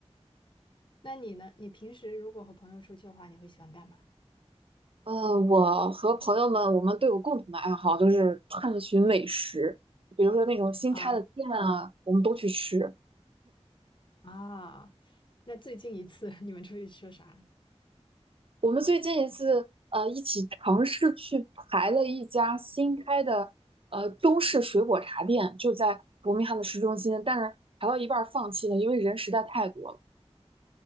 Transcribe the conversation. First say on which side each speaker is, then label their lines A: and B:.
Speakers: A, on the left; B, on the right.
A: 那你呢？你平时如果和朋友出去的话，你会喜欢干嘛？
B: 嗯，我和朋友们，我们都有共同的爱好，就是探寻美食，比如说那种新开的店啊，
A: 啊
B: 我们都去吃。
A: 啊 <laughs>，那最近一次你们出去吃了啥？
B: 我们最近一次呃一起尝试去排了一家新开的呃中式水果茶店，就在伯明翰的市中心，但是排到一半儿放弃了，因为人实在太多了。